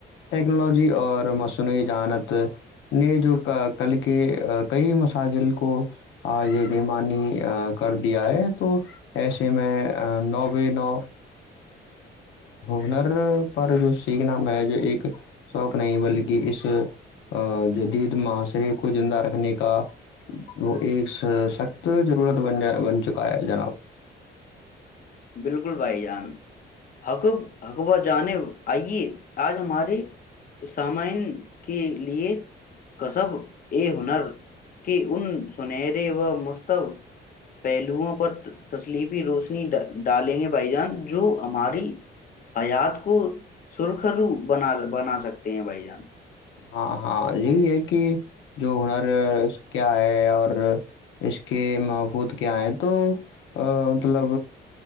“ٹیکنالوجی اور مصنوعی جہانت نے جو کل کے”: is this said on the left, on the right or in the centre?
Left